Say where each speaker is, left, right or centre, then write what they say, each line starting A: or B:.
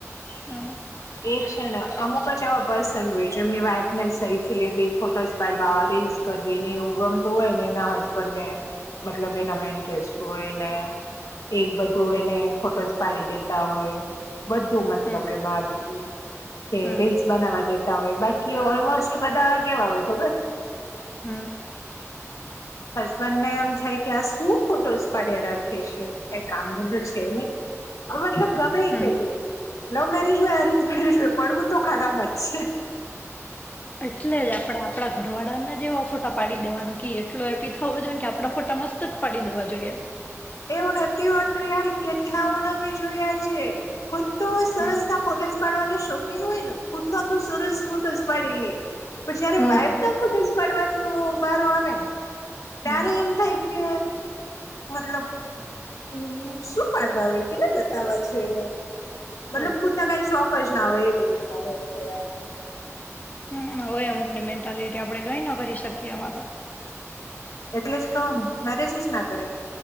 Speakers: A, on the left (about 30°); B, on the left (about 80°).
A: હમ્મ.
B: એ છે ને અમુક જ એવા પર્સન હોય એમની વાઈફને સેલ્ફી લેવી ફોટો પાડવા રીલ્સ કરવીને, એવું ગમતું હોયને એના હસબન્ડને મતલબ એના ઇન્ટરેસ્ટ હોયને એ બધું એને ફોટો પાડી દેતા હોય. બધું મતલબ
A: હમ
B: એમાં આવી ગયું, કે
A: હમ
B: રીલ્સ બનાવા દે. તા હોય બાકી ઓલમોસ્ટ બધા કેવા હોય ખબર
A: હમ
B: હસબન્ડ ને એમ થાય કે આ શું ફોટોસ પડ્યા રાખે છે, કઇ કામ ધંધો તેને અ મતલબ ગમે ઈ
A: હમ
B: કેતું. લવ મેરેજ હોય અરેન્જ મેરેજ હોય પડવું તો ખાડા માજ છે.
A: એટલે જ આપડા આપડા ઘરવાળાને જે એવા ફોટા પાડી દેવા કી એટલો એપી થવો જોઈએ કે આપડા ફોટા મસ્ત જ પાડી દેવા જોઈએ.
B: એવું નથી હોતું યાર કેટલાઓને અમે જોયા છે. ખુદ તો સરસ
A: હમ
B: ના ફોટોસ પાડવાનું શોખીન હોય ને ખુદ નો તો સરસ ફોટોસ પાડી લઈએ. પણ જયારે
A: હમ
B: વાઈફ ના ફોટોસ <unintelligible> વાનો વારો આવેને!
A: હમ
B: ત્યારે એમ થાય કે મતલબ હમ્મ શું પાડવા હોય? કેટલા બતાવા છે એને? મતલબ
A: તો
B: ખુદના કઈ શોખ હોઈ ના હોય એવી રીતના હોય છે આ.
A: હમ્મ હોય અમુક ની મેન્ટાલિટી આપડે કઈ ના કરી શકીએ એમાં તો.
B: એટલે જ કઉ મેરેજ જ ના કરાય,